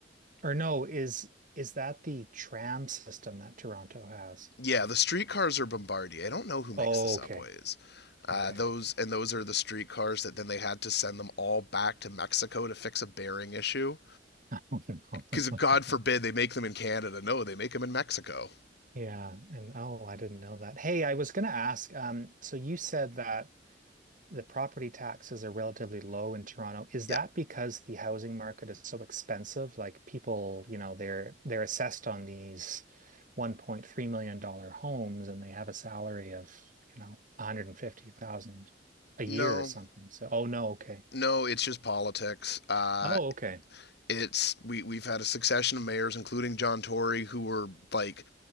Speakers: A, on the right (about 45°); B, on the left (about 65°).
A: or no, is is that the tram system that Toronto has?
B: Yeah, the streetcars are Bombardier. I don't know who makes
A: Oh,
B: the subways.
A: okay.
B: Uh,
A: Okay.
B: those
A: <laughs>
B: and those are the streetcars that then they had to send them all back to Mexico to fix a bearing issue.
A: Oh, no.
B: Because God forbid
A: <laughs>
B: they make them in Canada. No, they make them in Mexico.
A: Yeah, and oh, I didn't know that. Hey, I was gonna ask, um, so you said that the property taxes are relatively low in Toronto. Is that
B: Yeah.
A: because the housing market is so expensive? Like people, you know, they're they're assessed on these $1.3 million dollar homes and they have a salary of, you know, 150,000 a year
B: No,
A: or something. So, oh no, okay.
B: no, it's just politics. Uh,
A: Oh, okay.
B: It's we we've had a succession of mayors, including John Tory, who were like,